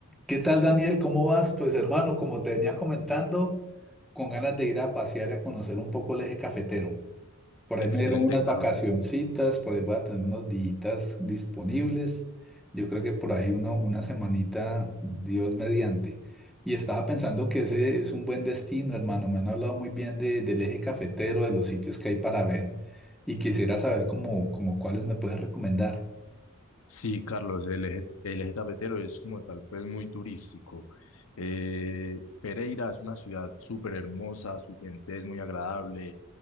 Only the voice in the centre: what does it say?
¿Qué tal, Daniel? ¿Cómo vas? Pues hermano, como te venía comentando, con ganas de ir a pasear y a conocer un poco el eje cafetero. Por
ahí me dieron unas
vacacioncitas, por ahí voy a tener unos días disponibles. Yo creo que por ahí uno, una semanita, Dios mediante. Y estaba pensando que ese es un buen destino, hermano. Me han hablado muy bien de- del eje cafetero, de los sitios que hay para ver. Y quisiera saber como, como cuáles me puedes recomendar.